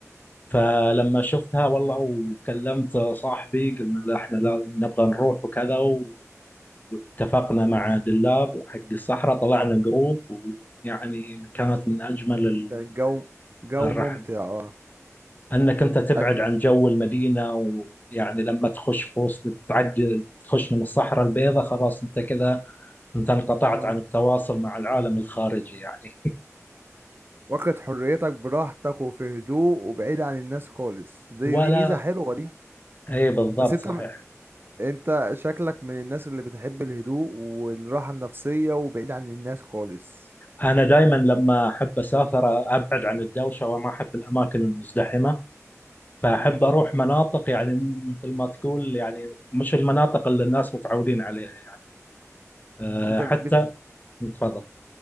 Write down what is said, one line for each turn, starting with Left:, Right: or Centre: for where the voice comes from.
Left: فلما شفتها والله وكلمت صاحبي قلنا لا احنا لا نبغى نروح وكذا و- واتفقنا مع دلاب حق الصحراء طلعنا جروب ويعني كانت من اجمل ال-
Right: كان الجو جو
Left: الرحل
Right: ممتع اه
Left: انك انت تبعد
Right: أ-
Left: عن جو المدينه ويعني لما تخش في وسط تعدي تخش من الصحراء البيضاء خلاص انت كذا انت انقطعت
Right: اه
Left: عن التواصل مع العالم الخارجي يعني <laughs>
Right: واخد حريتك براحتك وفي هدوء وبعيد عن الناس خالص دي
Left: ولا
Right: دي ميزة حلوة دي
Left: اي بالضبط
Right: بس انت
Left: صحيح
Right: انت شكلك من الناس اللي بتحب الهدوء والراحة النفسية وبعيد عن الناس خالص
Left: انا دائما لما احب اسافر ابعد عن الدوشه وما احب الاماكن المزدحمه فاحب
Right: امم
Left: اروح مناطق يعني مثل ما تقول يعني مش المناطق اللي الناس متعودين عليها يعني أه،
Right: انت
Left: حتى
Right: بت...
Left: تفضل